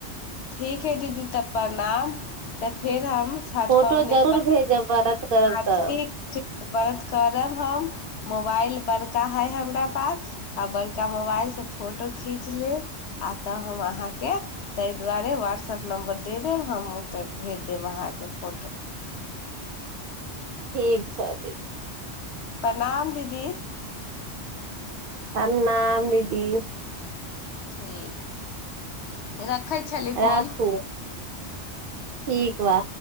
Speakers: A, on the left (about 70°); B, on the right (about 60°).
A: ठीक है दीदी तऽ प्रणाम तऽ फेर हम छठि
B: फोटो
A: पाबनि
B: जरूर भेजब बरत करब
A: हँ
B: तऽ
A: ठीक ठीक व्रत करब हम मोबाइल बड़का हइ हमरा पास आ बड़का मोबाइलसँ फोटो खींच लेब आ तऽ हम अहाँके तहि दुआरे व्हाट्सअप नम्बर दे देब हम तऽ भेज देब अहाँके फोटो
B: ठीक छै दीदी
A: प्रणाम दीदी
B: प्रणाम दीदी
A: ठीक रखु रखै छली फोन
B: राखू
A: <unintelligible>
B: ठीक वा